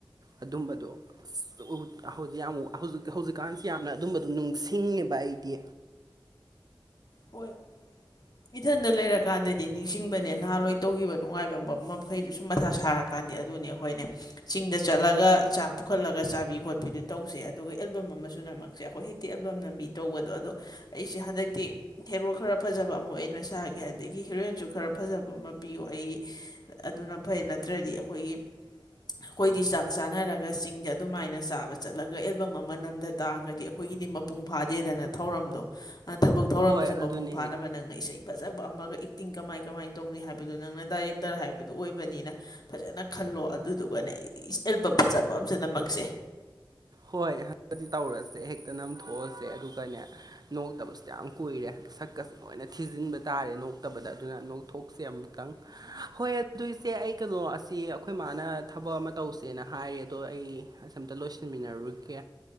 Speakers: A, on the right; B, on the left.
A: ꯑꯗꯨꯝꯕꯗꯣ ꯑꯁ ꯌꯥꯝ ꯍꯧꯖꯤꯛ ꯍꯧꯖꯤꯛꯀꯥꯟꯁꯦ ꯌꯥꯝꯅ ꯑꯗꯨꯝꯕꯗꯨ ꯅꯤꯡꯅꯨꯡꯁꯤꯡꯉꯦꯕ ꯑꯩꯗꯤ
B: ꯍꯣꯏ ꯏꯊꯟꯗ ꯂꯩꯔꯀꯥꯟꯗꯗꯤ ꯅꯤꯡꯁꯤꯡꯕꯅꯦ ꯅꯍꯥꯋꯥꯢ ꯇꯧꯈꯤꯕ ꯅꯨꯡꯉꯥꯏꯕ ꯃꯈꯩꯗꯨ ꯁꯨꯝ ꯃꯊꯥ ꯁꯥꯔꯛ ꯀꯥꯟꯗꯦ ꯑꯗꯨꯅꯦ ꯑꯩꯈꯣꯏꯅꯦ ꯆꯤꯡꯗ ꯆꯠꯂꯒ ꯆꯥꯛ ꯄꯨꯈꯠꯂꯒ ꯆꯥꯕꯤ ꯈꯣꯠꯄꯤꯗꯨ ꯇꯧꯁꯦ ꯑꯗꯨꯒ ꯑꯦꯜꯕꯝ ꯑꯃꯁꯨ ꯁꯦ ꯑꯩꯈꯣꯏ ꯍꯦꯛꯇꯤ ꯑꯦꯜꯕꯝ ꯅꯝꯕꯤ ꯇꯧꯕꯗꯣ ꯑꯗꯣ ꯑꯩꯁꯦ ꯍꯟꯗꯛꯇꯤ ꯍꯦꯔꯣ ꯈꯔ ꯐꯖꯕ ꯑꯃ ꯑꯣꯏꯅ ꯁꯥꯒꯦ ꯑꯗꯒꯤ ꯍꯦꯔꯣꯏꯟꯁꯨ ꯈꯔ ꯐꯖꯕ ꯑꯃ ꯄꯤꯌꯣ ꯑꯩꯒꯤ ꯑꯗꯨꯅ ꯐꯩ ꯅꯠꯇ꯭ꯔꯗꯤ ꯑꯩꯈꯣꯏꯒꯤ ꯑꯩꯈꯣꯏꯗꯤ ꯆꯥꯛ ꯆꯥꯅꯔꯒ ꯆꯤꯡꯗ ꯑꯗꯨꯃꯥꯏꯅ ꯆꯥꯕ ꯆꯠꯂꯒ ꯑꯦꯜꯕꯝ ꯑꯃ ꯅꯝꯗ ꯇꯥꯔꯒꯗꯤ ꯑꯩꯈꯣꯏꯒꯤꯗꯤ ꯃꯄꯨꯡ ꯐꯥꯗꯦꯗꯅ ꯊꯧꯔꯝꯗꯣ ꯊꯕꯛ ꯊꯧꯔꯝꯗꯨꯁꯨ
A: ꯍꯣꯏ ꯑꯗꯨꯅꯦꯍ
B: ꯃꯄꯨꯡ ꯐꯥꯅꯕ ꯅꯪꯅ ꯏꯁꯩ ꯐꯖꯕ ꯑꯃꯒ ꯑꯦꯛꯇꯤꯡ ꯀꯃꯥꯏ ꯀꯃꯥꯏꯅ ꯇꯧꯅꯤ ꯍꯥꯏꯕꯗꯨ ꯅꯪꯅ ꯗꯥꯏꯔꯦꯛꯇꯔ ꯍꯥꯏꯕꯗꯨ ꯑꯣꯏꯕꯅꯤꯅ ꯐꯖꯅ ꯈꯜꯂꯣ ꯑꯗꯨꯗꯨꯒꯅꯦ ꯑꯦꯜꯕꯝ ꯐꯖꯕ ꯑꯃꯁꯨ ꯅꯝꯃꯛꯁꯦ
A: ꯍꯣꯏ ꯍꯪꯗꯛꯗꯤ ꯇꯧꯔꯁꯦ ꯍꯦꯛꯇ ꯅꯝꯊꯣꯛꯑꯁꯦ ꯑꯗꯨꯒꯅꯦ ꯅꯣꯛꯇꯕꯁꯨ ꯌꯥꯝ ꯀꯨꯏꯔꯦ ꯁꯛꯀꯁꯨ ꯂꯣꯏꯅ ꯊꯤꯖꯤꯟꯕ ꯇꯥꯔꯦ ꯅꯣꯛꯇꯕꯗ ꯑꯗꯨꯅ ꯅꯣꯛꯊꯣꯛꯁꯦ ꯑꯃꯨꯛꯇꯪ ꯍꯣꯏ ꯑꯗꯨ ꯢꯁꯦ ꯑꯩ ꯀꯩꯅꯣ ꯑꯁꯤ ꯑꯩꯈꯣꯏ ꯃꯥꯅ ꯊꯕꯛ ꯑꯃ ꯇꯧꯁꯦꯅ ꯍꯥꯏꯔꯦ ꯑꯗꯣ ꯑꯩ ꯑꯁ ꯑꯝꯇ ꯂꯣꯏꯁꯤꯟꯃꯤꯟꯅꯔꯨꯒꯦ